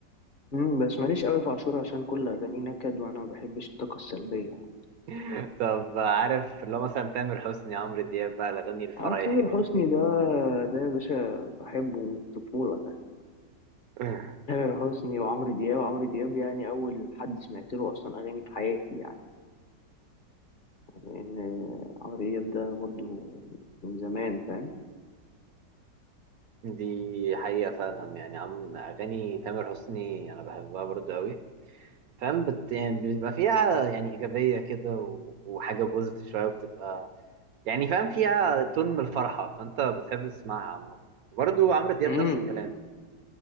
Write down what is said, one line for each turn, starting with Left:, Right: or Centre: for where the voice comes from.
Left: امم بس ماليش قوي في عاشور عشان كل اغانيه نكد وانا ما بحبش الطاقه السلبيه يعني
Right: <laughs> طب عارف اللي هو مثلا تامر حسني عمرو دياب بقى الأغاني الفرايحي
Left: اه تامر
Right: دي
Left: حسني ده ده يا باشا بحبه من الطفوله ده
Right: <laughs>
Left: تامر حسني وعمرو دياب وعمرو دياب يعني اول حد سمعت له اصلا اغاني في حياتي يعني لان عمرو دياب ده برضو من زمان فاهم
Right: دي حقيقة فعلا يعني عم أغاني تامر حسني أنا بحبها برضو أوي فاهم بت... يعني بيبقى فيها يعني إيجابية كده و... وحاجة بوزيتيف شوية وبتبقى يعني فاهم فيها تون من الفرحة فأنت بتحب تسمعها عامة وبرضه عمرو دياب
Left: امم
Right: نفس الكلام